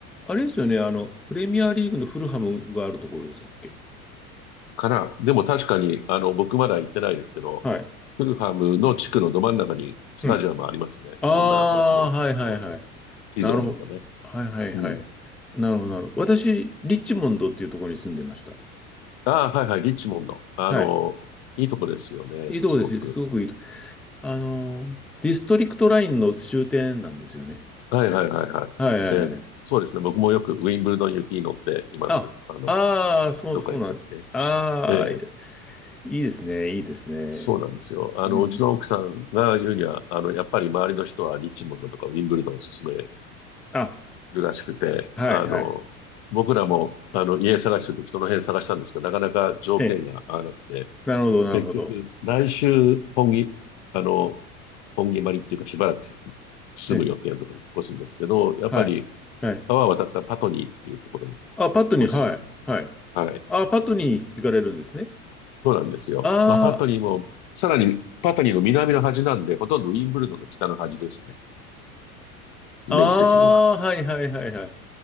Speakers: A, in the centre; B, on the left.
A: あれですよね。あの、プレミアリーグのフルハムがあるところでしたっけ
B: から、でも確かに、あの、僕まだ行ってないですけど、
A: はい。
B: フルハムの地区のど真ん中にスタジアムありますね。
A: うん。あ
B: こんな街のど真ん中。
A: あ、はいはいはい。
B: 地図を見るとね。
A: なるほど。はいはいはい。
B: うん。
A: なるほどなるほど。私、リッチモンドっていうところに住んでました。
B: ああ、はいはい、リッチモンド。あの、
A: はい。
B: いいとこですよね、
A: いいとこですすごくいいとこ。
B: すごく。
A: あのー、ディストリクトラインの終点なんですよね。
B: はいはいはいはい。
A: はいはいはい。
B: えーそうですね、僕もよくウィンブルドン行きに乗っています。
A: あ、
B: あの、
A: ああ、そう、
B: どっか行くときね。
A: そうなん。ああ、
B: ええ
A: いいですね、いいですね。
B: そうなんですよ。あの、
A: うんうん。
B: うちの奥さんが言うには、あの、やっぱり周りの人はリッチモンドとかウィンブルドンを勧める
A: あ、
B: らしくて、
A: はいはい。
B: あの、僕らも、あの、家探してるときその辺探したんですけど、なかなか条件が合わなくて、
A: え、なるほど、なるほど。
B: 結局、来週、本気、あの、本毛まりっていうかしばらく住む予定のところに越すんですけど、
A: え、
B: やっぱり
A: はい、はい。
B: 川を渡ったパトニーっていうところに
A: あ、パットに、
B: 越すよ。
A: はい、はい。
B: はい。
A: あ、パットに行かれるんですね。
B: そうなんですよ。
A: あ
B: まあ、パトニーも、さらにパトニーの南の端なんで、ほとんどウィンブルドンの北の端ですね。イメージ的には。
A: あ、ああ、はいはいはいはい。